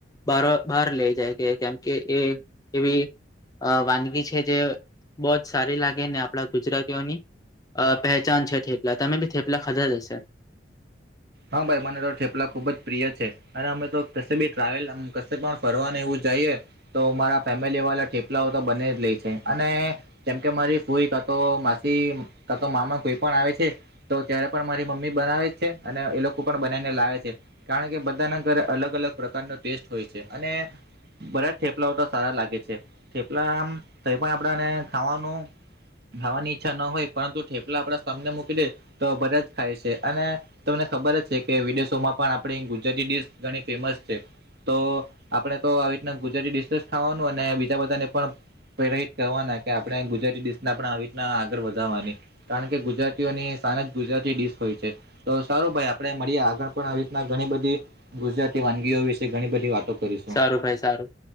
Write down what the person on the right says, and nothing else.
હા ભાઈ મને તો ઠેપલા ખુબ જ પ્રિય છે. અને અમે તો ક બી ટ્રાવેલ ક પણ ફરવાનું એવું જઈએ. તો મારા ફેમિલી વાળા ઠેપલાઓ તો બને જ લે છે અને. કેમ કે મારી ફૂઈ ક તો માસી કતો મામા કોઈ પણ આવે છે તો ત્યારે પણ મારી મમ્મી બનાવે જ છે અને એ લોકો પણ બનાવીને લાવે છે. કારણ કે બધાના ઘરે અલગ અલગ પ્રકારનો ટેસ્ટ હોય છે અને. બધ જ થેપલાઓ તો સારા લાગે છે થેપલા આમ કઈ પણ આપણાને ખાવાનું. ખાવાની ઈચ્છા ન હોય પરંતુ થેપલા આપડા સ્મને મૂકી દે તો બધા જ ખાય છે અને તમને ખબર જ છે કે વિદેશોમાં પણ આપણી ગુજરાતી ડીશ ઘણી ફેમસ છે. તો આપણે તો આવી રીતના ગુજરાતી ડડીશ ખાવાનું અને બીજા બધાને પણ. પેલા કરવાના કે આપણે ગુજરાતી ડિશ પણ આવી રીતના આગળ વધવાની. કારણ કે ગુજરાતીઓની સાન જ ગુજરાતી ડીશ હોય છે. તો સારું ભાઈ આપણે મળીએ આગળ પણ આવી રીતના ઘણી બધી ગુજરાતી વાનગીઓ વિશે ઘણી બધી વાતો. કરીશું.